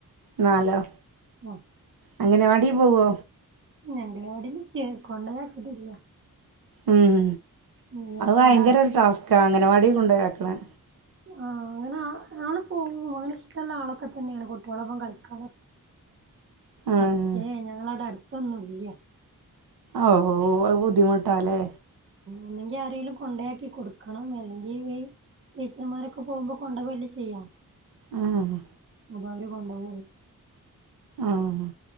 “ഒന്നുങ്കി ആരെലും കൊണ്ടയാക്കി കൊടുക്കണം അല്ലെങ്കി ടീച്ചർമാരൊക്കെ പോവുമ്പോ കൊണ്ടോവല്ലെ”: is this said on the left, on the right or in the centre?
Right